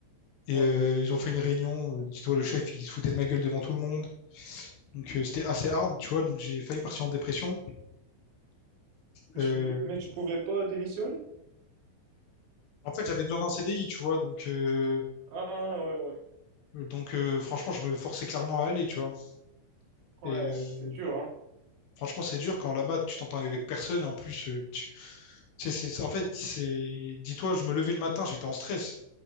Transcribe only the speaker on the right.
Ouais.
Mais
tu, mais tu pouvais pas démissionner?
Ah, ouais, ouais.
Ouais,
c'est dur, hein.